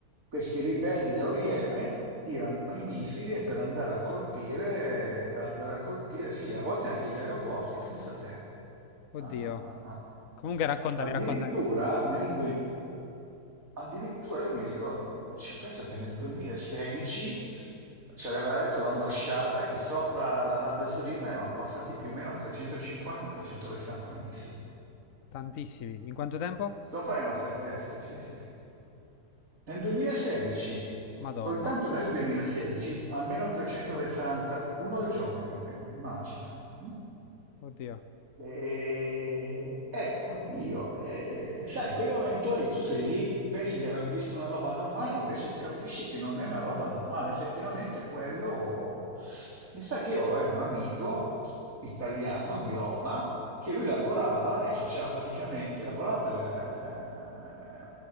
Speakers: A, on the right; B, on the left.
A: questi ribelli dello Yemen tirano i missili per andare a colpire, per andare a colpire, sì, a volte anche gli aeroporti, pensa te.
B: Oddio.
A: Ah, ah, ah, ah.
B: Comunque raccontami,
A: Addirittura
B: raccontami.
A: nel Addirittura io mi ricordo, cioè, pensa che nel 2016 ci aveva detto l'ambasciata che sopra l'Arabia Saudita erano passati più o meno 350-360 missili,
B: Tantissimi. In quanto tempo?
A: sopra le nostre teste, sì, sì, sì. Nel 2016,
B: Madonna.
A: soltanto nel 2016, almeno 360, uno al giorno più o meno, immagina. mm?
B: Oddio.
A: E, eh, oddio, eh, sai, in quel momento lì tu sei lì, pensi di aver visto una roba normale, invece capisci che non è una roba normale. Effettivamente quello... Mi sa che io avevo un amico italiano di Roma che lui lavorava e faceva praticamente, lavorava per eh,